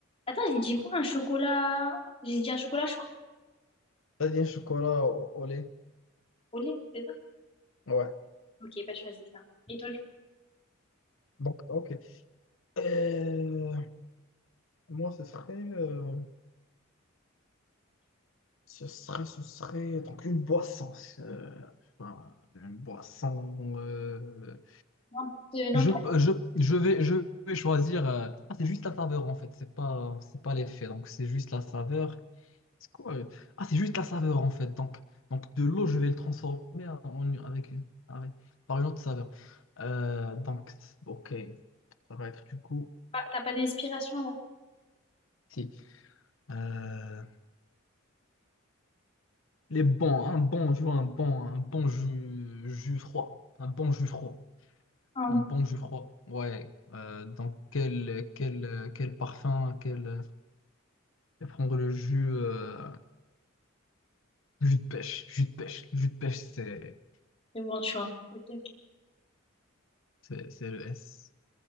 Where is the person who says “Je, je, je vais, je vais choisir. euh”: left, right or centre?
Left